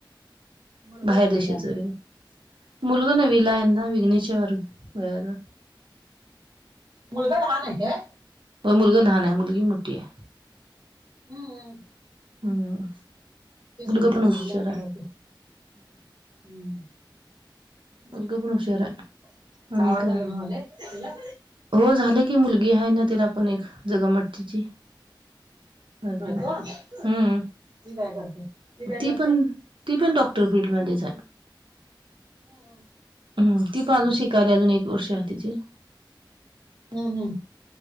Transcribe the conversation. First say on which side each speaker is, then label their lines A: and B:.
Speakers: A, on the right (about 60°); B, on the right (about 80°).
A: मुलगा
B: बाहेर
A: कितवीला
B: देशा
A: आहे मग?
B: जावे. मुलगु ना वलायंद विघ्नच्या वार व.
A: मुलगाड वा आहे का?
B: पण मुलगा लहान आहे मुलगी मोठी आहे.
A: हम्म हम्
B: हम्म
A: म्हटलं
B: मल का आपण
A: नववीला
B: विचारा.
A: म्हटलं ते हम्म
B: अकपण उषार
A: आणि
B: आणिन
A: भावाचं
B: का?
A: लग्न झाले तुझ्या
B: हो झाले की मुलगी आहे ना तला पण एक जगमट्टीची. ह
A: बायको ती
B: हम्म
A: काय करते काय
B: ती
A: करते
B: पण. ती पण डॉक्टर फीलडमध्ये जा आहे.
A: हम्म
B: हम ती पण अजून शिकायली अजून एक वर्ष तिची.
A: हम्म हम्